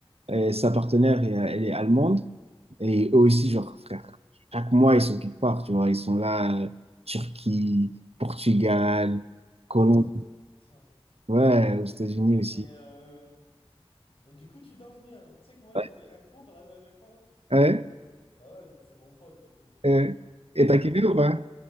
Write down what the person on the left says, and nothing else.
Ça, c'est exactement ça.
Et, euh, mais du coup, tu danses bien. Tu sais que moi,
j'ai fait un cours la dernière fois.
Bah ouais, vu que c'est mon pote et tout.
Oh,